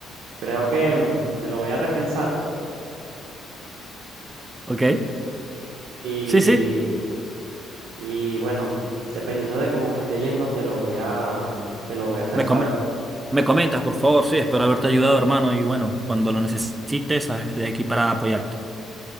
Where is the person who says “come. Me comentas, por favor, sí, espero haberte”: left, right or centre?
Right